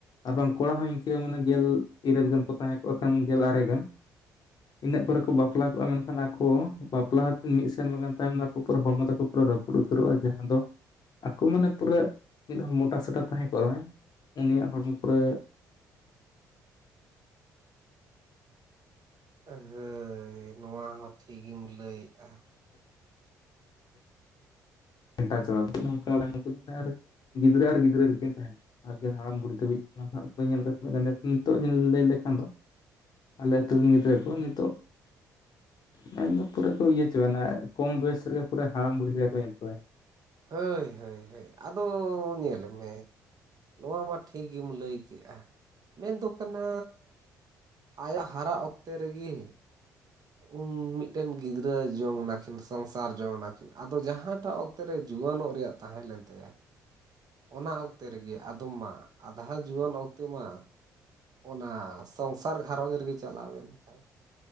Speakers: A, on the left; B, on the right.
A: ᱟᱨ ᱵᱟᱝ ᱠᱚᱲᱟ ᱦᱚᱸ ᱤᱱᱠᱟᱹ ᱢᱟᱱᱮ ᱜᱮᱞ ᱤᱨᱟᱹᱞ ᱜᱟᱱ ᱠᱚ ᱛᱟᱦᱮᱸ ᱠᱚᱜᱼᱟ ᱠᱷᱟᱱ ᱜᱮᱞ ᱟᱨᱮ ᱜᱟᱱ ᱾ ᱤᱱᱟᱹᱜ ᱠᱚᱨᱮ ᱠᱚ ᱵᱟᱯᱞᱟ ᱠᱚᱜᱼᱟ ᱢᱮᱱᱠᱷᱟᱱ ᱟᱠᱚ ᱵᱟᱯᱞᱟ ᱢᱤᱫ ᱥᱮᱨᱢᱟ ᱜᱟᱱ ᱛᱟᱭᱚᱢ ᱠᱚ ᱯᱩᱨᱟᱹ ᱦᱚᱲᱢᱚ ᱛᱟᱠᱚ ᱯᱩᱨᱟᱹ ᱨᱟᱹᱯᱩᱫ ᱯ.. ᱩᱛᱟᱹᱨᱚᱜᱼᱟ ᱡᱟᱦᱟᱸ ᱫᱚ ᱟᱠᱚ ᱢᱟᱱᱮ ᱯᱩᱨᱟᱹ ᱢᱤᱫ ᱦᱚᱲ ᱢᱚᱴᱟ ᱥᱚᱴᱟ ᱛᱟᱦᱮᱸ ᱠᱚᱜ ᱦᱚᱸ ᱩᱱᱤᱭᱟᱜ ᱦᱚᱲᱢᱚ ᱯᱩᱨᱟᱹ
B: ᱟ. ᱦᱟ. ᱭ ᱱᱚᱣᱟ ᱦᱚᱸ ᱴᱷᱤᱠ ᱮᱢ ᱞᱟᱹᱭᱮᱫᱼᱟ ᱾
A: ᱜᱷᱮᱱᱴᱟ ᱪᱟᱵᱟ ᱠᱚ ᱱᱚᱝᱠᱟᱫᱚ ᱢᱟᱱᱮ ᱟᱨ ᱜᱤᱫᱽᱨᱟᱹ ᱟᱨ ᱜᱤᱫᱽᱨᱟᱹ ᱨᱮᱠᱤᱱ ᱛᱟᱦᱮᱱᱟ <unintelligible> ᱟᱨ ᱦᱟᱲᱟᱢ ᱵᱩᱲᱦᱤ ᱫᱷᱟᱹᱵᱤᱡᱜ ᱵᱟᱹᱧ ᱧᱮᱞ ᱠᱟᱫᱟ ᱛᱤᱱᱟᱹ ᱱᱤᱛᱚᱜ ᱞᱟᱹᱭ ᱞᱮᱠᱷᱟᱱ ᱫᱚ ᱟᱞᱮ ᱟᱹᱛᱩ ᱨᱮᱱ ᱜᱤᱫᱽᱨᱟ. ᱠᱳ ᱱᱤᱛᱚᱜ <unintelligible> ᱢᱮᱱ ᱫᱚ ᱯᱩᱨᱟᱹ ᱠᱚ ᱤᱭᱟᱹ ᱪᱟᱵᱟ ᱮᱱᱟ ᱠᱚᱢ ᱵᱚᱭᱮᱥ ᱨᱮᱦᱚ ᱯᱩᱨᱟ. ᱦᱟᱲᱟᱢ ᱵᱩᱲᱦᱤ ᱞᱮᱠᱟ ᱠᱚ ᱧᱮᱞ ᱠᱚᱜ-ᱟ
B: ᱦᱟ. ᱭ ᱦᱟ. ᱭ ᱦᱟ. ᱭ ᱟᱫᱚ ᱧᱮᱞ ᱢᱮ ᱱᱚᱣᱟ ᱢᱟ ᱴᱷᱤᱠ ᱜᱮᱢ ᱞᱟᱹᱭ ᱠᱮᱜ-ᱟ ᱢᱮᱱᱫᱚ ᱠᱟᱱᱟᱻ ᱟᱭᱟᱜ ᱦᱟᱨᱟᱜ ᱚᱠᱛᱮ ᱨᱮᱜᱮ ᱩᱱ ᱢᱤᱫᱴᱮᱱ ᱜᱤᱫᱽᱨᱟᱹ ᱡᱚᱝ ᱱᱟᱠᱤᱱ ᱥᱚᱝᱥᱟᱨ ᱡᱚᱝ ᱟᱱᱟᱠᱤᱱ ᱟᱫᱚ ᱡᱟᱦᱟᱸᱴᱟᱜ ᱚᱠᱛᱮ ᱨᱮ ᱡᱩᱣᱟᱹᱱᱚᱜ ᱨᱮᱭᱟᱜ ᱛᱟᱦᱮᱸ ᱞᱮᱱ ᱛᱟᱭᱟ ᱾ ᱚᱱᱟ ᱚᱠᱛᱮ ᱨᱮᱜᱮ ᱟᱫᱚ ᱢᱟ ᱟᱫᱷᱟ ᱡᱩᱣᱟᱹᱱ ᱚᱠᱛᱮ ᱢᱟ ᱚᱱᱟ ᱥᱚᱝᱥᱟᱨ ᱜᱷᱟᱨᱚᱸᱡᱽ ᱨᱮᱜᱮ ᱪᱟᱞᱟᱣ ᱮᱱ ᱛᱟᱭ